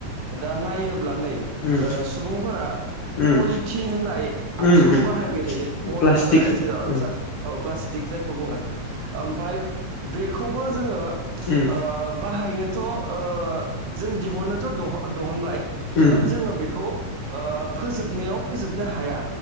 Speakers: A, on the right (about 70°); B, on the left (about 65°).
A: दा नायोब्ला नै
B: उम
A: ओ सुबुंफोरा
B: उम
A: पलिथिन होननाय आगजुखौ
B: उम उम
A: बाहायबाय थायो मना
B: प्लास्टिक
A: जा
B: उम
A: जेराव जा ओ प्ला स्टिक जायखौ बुङो। ओमफ्राय बेखौबो जोङो ओ
B: उम
A: बाहायनो थ' ओ जों दिहुननोथ' दहनबाय
B: उम
A: बाट जोङो बेखौ ओ फोजोबनायाव फोजोबनो हाया